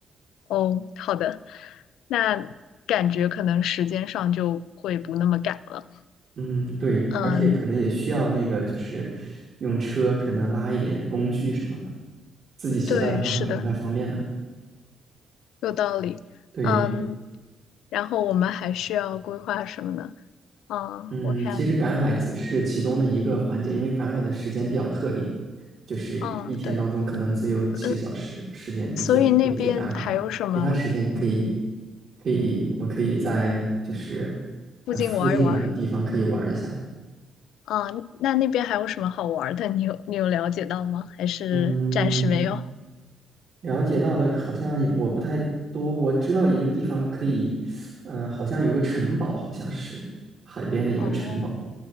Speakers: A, on the left (about 85°); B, on the right (about 50°).
A: 哦，好的，那感觉可能时间上就会不那么赶了。
B: 嗯，对，
A: 嗯，
B: 而且可能也需要那个，就是用车可能拉一点工具什么的，自己携带的话还是不太方便的。
A: 对，是的，有道理。
B: 对，
A: 嗯，然后我们还需要规划什么呢？嗯，
B: 嗯，
A: 我看，
B: 其实赶海只是其中的一个环节，因为赶海的时间比较特定，就是一天当中可能只有几个小时时间你就可以去赶海，
A: 嗯，对，呃，所以那边还有什么
B: 其他时间你可以，可以，我们可以在就是
A: 附近玩一玩？
B: 呃附近的地方可以玩一下。
A: 啊，那那边还有什么好玩儿的？你有你有了解到吗？还是暂时没有？
B: 嗯，了解到的好像也我不太多，我知道一个地方可以，呃，好像有个城堡，好像是海边的一个城堡，
A: <laughs> 哦，